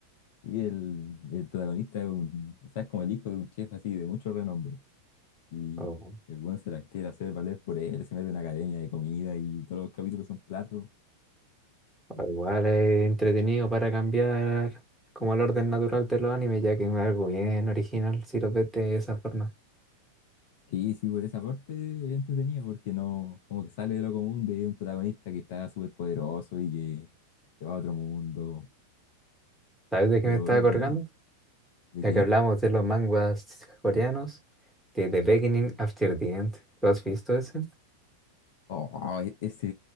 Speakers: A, on the left (about 50°); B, in the centre.
A: Y el, el protagonista es un, o sea, es como el hijo de un chef así, de mucho renombre. Y
B: O,
A: el weón se las quiere hacer valer por él, se mete en una academia de comida y todos los capítulos son platos.
B: o igual es entretenido para cambiar como el orden natural de los animes, ya que es algo bien original si lo ves de esa forma.
A: Sí, sí, por esa parte es entretenido, porque no, como que sale de lo común de un protagonista que está súper poderoso y que se va a otro mundo.
B: ¿Sabes de qué
A: Pero
B: me estaba
A: es
B: acordando?
A: bueno, ¿de
B: Ya
A: qué?
B: que hablamos de los manguas coreanos, de The Beginning After the End. ¿Lo has visto ese?
A: Oh, e- ese,